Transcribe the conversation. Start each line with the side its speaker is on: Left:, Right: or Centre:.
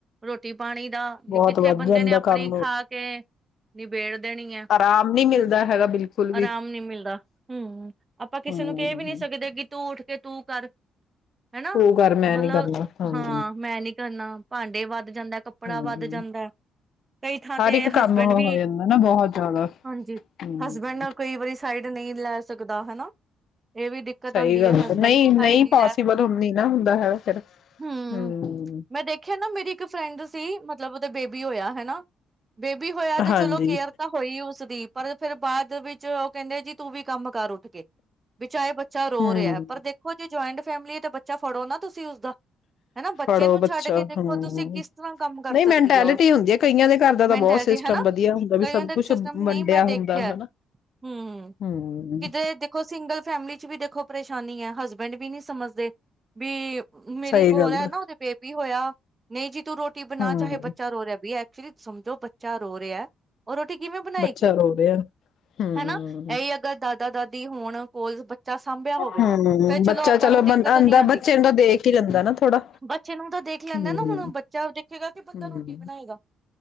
Right: ਰੋਟੀ ਪਾਣੀ ਦਾ, <unintelligible>
Left: ਬਹੁਤ
Right: ਕਿੱਥੇ
Left: ਵੱਧ
Right: ਬੰਦੇ
Left: ਜਾਂਦਾ
Right: ਨੇ ਆਪਣੀ
Left: ਕੰਮ
Right: ਖਾ ਕੇ। ਨੀ ਬੇੜ ਦੇਣੀ ਹੈ,
Left: ਆਰਾਮ ਨਹੀਂ ਮਿਲਦਾ ਹੈਗਾ ਬਿਲਕੁਲ ਵੀ
Right: ਆਰਾਮ ਨੀ ਮਿਲਦਾ, ਹੂੰ ਆਪਾਂ ਕਿਸੇ
Left: ਹਮ
Right: ਨੂੰ ਕਹਿ ਵੀ ਨੀ ਸਕਦੇ ਕਿ ਤੂ ਕੇ ਤੂੰ ਕਰ ਹੈਨਾ,
Left: ਤੂੰ ਕਰ ਮੈਂ
Right: ਮਤਲਬ
Left: ਨੀ ਕਰਨਾ ਹਮ
Right: ਹਾਂ ਮੈਂ ਨੀ ਕਰਨਾ ਭਾਂਡੇ ਵੱਧ ਜਾਂਦਾ ਕੱਪੜਾ
Left: ਹਮ
Right: ਵੱਧ ਜਾਂਦਾ। ਕਈ ਥਾਂ
Left: ਹਰ
Right: ਤੇ
Left: ਇੱਕ ਕੰਮ
Right: ਹਸਬੈਂਡ
Left: ਉਹ
Right: ਵੀ,
Left: ਹੋ ਜਾਂਦਾ ਨਾ ਬਹੁਤ ਜ਼ਿਆਦਾ
Right: ਹਾਂਜੀ
Left: ਹਮ
Right: ਹਸਬੈਂਡ ਨਾ ਕਈ ਵਾਰੀ ਸਾਈਡ ਨਹੀਂ ਲੈ ਸਕ ਦੇ ਲੱਗਦਾ ਹੈ ਨਾ ਇਹ ਵੀ ਦਿੱਕਤ
Left: ਸਹੀ
Right: ਆਉਂਦੀ
Left: ਗੱਲ
Right: ਹੈ, ਹਸਬੈਂਡ
Left: ਨਹੀਂ
Right: ਵੀ ਸਾਈਡ
Left: ਨਹੀਂ
Right: ਨੀ
Left: ਪੋਸੀਬਲ
Right: ਲੈ ਸਕਦੇ
Left: ਹੁਣ ਨੀ ਨਾ ਹੁੰਦਾ ਹੈਗਾ ਫਿਰ
Right: ਹੂੰ
Left: ਹਮ
Right: ਮੈਂ ਦੇਖਿਆ ਨਾ ਮੇਰੀ ਇੱਕ ਫਰੈਂਡ ਸੀ ਮਤਲਬ ਉਹਦੇ ਬੇਬੀ ਹੋਇਆ ਹੈਨਾ, ਬੇਬੀ ਹੋਇਆ ਤੇ
Left: ਹਾਂਜੀ
Right: ਚਲੋ ਕੇਅਰ ਤਾਂ ਹੋਈ ਉਸ ਦੀ ਪਰ ਫਿਰ ਬਾਅਦ ਵਿੱਚ ਉਹ ਕਹਿੰਦੇ ਜੀ ਤੂੰ ਵੀ ਕੰਮ ਕਰ, ਉੱਠ ਕੇ ਚਾਹੇ ਬੱਚਾ ਰੋ
Left: ਹਮ
Right: ਰਿਹਾ ਹੈ, ਪਰ ਦੇਖੋ ਜੇ ਜੁਆਇੰਟ ਫੈਮਿਲੀ ਤੇ ਬੱਚਾ ਫੜੋ ਨਾ, ਤੁਸੀਂ ਉਸ <unintelligible> ਹੈਨਾ ਬੱਚੇ
Left: ਫੜੋ
Right: ਨੂੰ
Left: ਬੱਚਾ
Right: ਛੱਡ ਕੇ ਦੇਖੋ
Left: ਹਮ
Right: ਤੁਸੀਂ ਕਿਸ ਤਰ੍ਹਾਂ ਕੰਮ ਕਰ
Left: ਨਹੀਂ
Right: ਸਕਦੀ
Left: ਮੈਂਟੈਲਿਟੀ
Right: ਆ ਉਹ
Left: ਹੁੰਦੀ ਹੈ ਕਈਆਂ ਦੇ ਘਰ ਦਾ ਤਾਂ
Right: ਮੈਂਟੈਲਿਟੀ
Left: ਬਹੁਤ ਸਿਸਟਮ
Right: ਹੈਨਾ,
Left: ਵਧੀਆ ਹੁੰਦਾ ਵੀ
Right: ਕਈਆਂ
Left: ਸਭ
Right: ਦੇ
Left: ਕੁਛ
Right: ਸਿਸਟਮ
Left: ਵੰਡਿਆ
Right: ਨਹੀਂ ਮੈਂ ਦੇਖਿਆ
Left: ਹੁੰਦਾ ਹਨਾ
Right: ਹੂੰ
Left: ਹਮ
Right: ਕਿਤੇ ਦੇਖੋ ਸਿੰਗਲ ਫੈਮਲੀ ਚ ਵੀ ਦੇਖੋ ਪਰੇਸ਼ਾਨੀ ਹੈ, ਹਸਬੈਂਡ ਵੀ ਨੀ ਸਮਝਦੇ ਵੀ ਮੇਰੀ
Left: ਸਹੀ
Right: ਕੋਲ
Left: ਗੱਲ
Right: ਹੈ, ਨਾ ਉਹਦੇ ਬੇਬੀ ਹੋਇਆ ਨਹੀਂ ਜੀ ਤੂੰ ਰੋਟੀ ਬਣਾ
Left: ਹਮ
Right: ਚਾਹੇ ਬੱਚਾ ਰੋ ਰਿਹਾ ਵੀ ਹੈ। ਐਕਚੁਲੀ ਸਮਝੋ ਬੱਚਾ ਰੋ ਰਿਹਾ, ਉਹ ਰੋਟੀ ਕਿਵੇਂ ਬਣਾਏਗੀ,
Left: ਬੱਚਾ ਰੋ ਰਿਹਾ ਹਮ
Right: ਹੈਨਾ ਇਹੀ ਅਗਰ ਦਾਦਾ ਦਾਦੀ ਵੀ ਹੁਣ। ਸਪੋਸ ਬੱਚਾ ਸਾਂਭਿਆ ਹੋਵੇ,
Left: ਹਮ
Right: ਫੇਰ ਚਲੋ
Left: ਬੱਚਾ
Right: ਆਪਾਂ ਨੂੰ ਦਿੱਕਤ
Left: ਆਂਦਾ
Right: ਨੀ ਆਉਂਦੀ,
Left: ਬੱਚੇ ਨੂੰ ਤਾਂ ਦੇਖ ਹੀ ਲੈਂਦਾ ਨਾ ਥੋੜਾ
Right: ਬੱਚੇ ਨੂੰ ਤਾਂ ਦੇਖ ਲੈਂਦਾ
Left: ਹਮ
Right: ਨਾ ਹੁਣ ਬੱਚਾ ਦੇਖੇਗਾ ਕਿ ਬੰਦਾ
Left: ਹਮ
Right: ਰੋਟੀ ਬਣਾਏਗਾ।